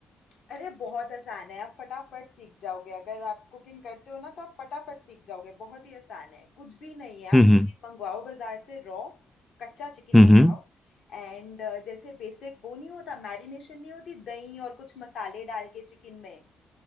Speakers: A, on the left (about 75°); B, in the centre.
A: अरे बहुत आसान है आप फटाफट सीख जाओगे अगर आप कुकिंग करते हो ना तो आप फटाफट सीख जाओगे बहुत ही आसान है कुछ भी नहीं है आप
B: हम्म हम्म
A: चिकन मंगवाओ बाजार से रॉ कच्चा चिकन
B: हम्म
A: मंगवाओ
B: हम्म।
A: एंड जैसे बेसिक वो नहीं होता मैरिनेशन नहीं होती दही और कुछ मसाले डाल के चिकन में